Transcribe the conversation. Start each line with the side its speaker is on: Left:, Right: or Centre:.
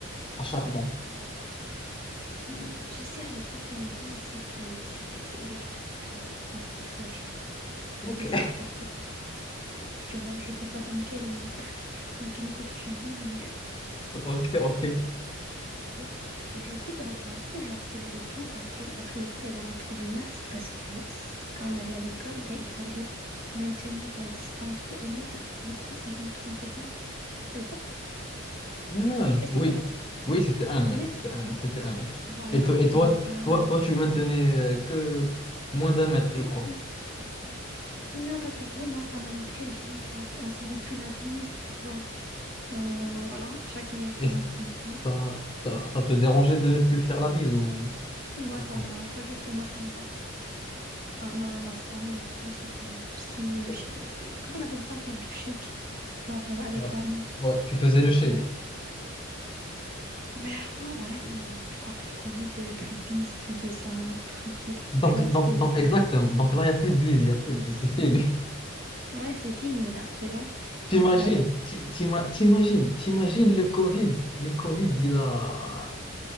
Left: à charbon?
Right: Hum, Tu sais, à l'époque où on vit, c'était, c'était, c'est électrique, tu vois. On fait plus à charbon.
Left: OK.
Right: C'est, c'est,
Left: <laughs>
Right: ça pollue. tu vois, je sais pas dans quelle, <laughs> dans quelle époque tu vis, mais
Left: OK, OK.
Right: <laughs> ok. Du coup, bah voilà, genre c'était le retour. Après, après aussi, il y a le retour des masques parce que s- quand on allait à l'école, ben, il fallait maintenir la distance de un mètre, je crois, si je me trompe pas. C'est ça?
Left: Ah,
Right: C'est, que- c'était
Left: oui,
Right: quoi la distance?
Left: oui, c'était un mètre,
Right: 1 mètre?
Left: c'était un,
Right: Ok.
Left: c'était un mètre.
Right: Voilà,
Left: Et, toi, et
Right: fallait
Left: toi,
Right: pas.
Left: toi, toi, tu maintenais euh, que moins d'un mètre, je
Right: <clears throat>
Left: crois.
Right: Non, pas du tout. Moi, ça m'allait très bien. Genre, on se faisait plus la bise, tu vois. On... Voilà, chacun est resté
Left: Et
Right: dans son coin.
Left: ça, ça, ça te dérangeait de ne plus faire la bise ou,
Right: Moi,
Left: ou
Right: ça
Left: pas?
Right: me dérange pas du tout. Moi, ça me va. Ah non, non, non, c'est tant mieux. Franchement, j'étais contente. Tout ce qui
Left: Et-
Right: est... sh- euh, Comment on appelle ça, faire du shake? Genre euh, avec
Left: Ouais,
Right: la main.
Left: ouais, tu faisais le shake.
Right: Ouais. Ah ben, avant, ouais, mais du coup, après le Covid, euh, plus de bis, plus de ça, tranquille.
Left: Donc,
Right: Tu vois,
Left: donc,
Right: c'était...
Left: donc,
Right: c'était
Left: exactement.
Right: bien.
Left: Donc là, il n'y a plus de bise, il n'y a plus de bise, c'est fini.
Right: Ouais, c'est fini, là. C'est bon.
Left: <laughs> T'imagines,
Right: On a eu la dose.
Left: ti- t'ima- t'imagines, t'imagines le Covid. Le Covid, il a,